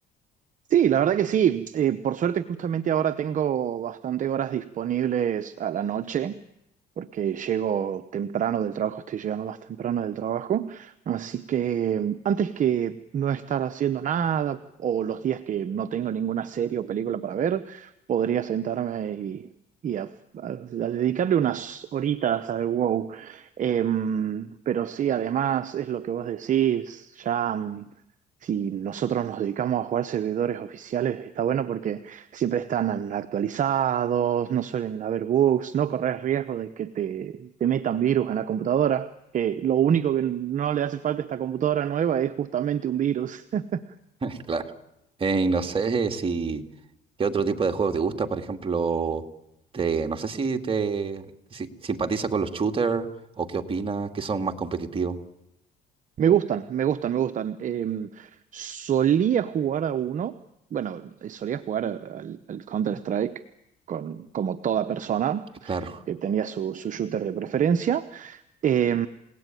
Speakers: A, on the right; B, on the right.
A: Sí, la verdad que sí. Eh, por suerte, justamente ahora tengo bastante horas disponibles a la noche, porque llego temprano del trabajo, estoy llegando más temprano del trabajo. Así que mm, antes que no estar haciendo nada o los días que no tengo ninguna serie o película para ver, podría sentarme y, y a, a- a dedicarle unas horitas al WoW. Em, pero sí, además es lo que vos decís, ya. mm, si nosotros nos dedicamos a jugar servidores oficiales, está bueno porque siempre están actualizados, no suelen haber bugs, no corres riesgo de que te, te metan virus en la computadora. que lo único que no le hace falta a esta computadora nueva es justamente un virus. <laughs>
B: <laughs> Claro. Eh, y no sé eh, si qué otro tipo de juegos te gusta, por ejemplo, te, no sé si te si, simpatiza con los shooters o qué opinas, que son más competitivos.
A: Me gustan, me gustan, me gustan. Em, solía jugar a uno, bueno, solía jugar al, al Counter-Strike con, como toda persona
B: Claro.
A: que tenía su, su shooter de preferencia. Eh,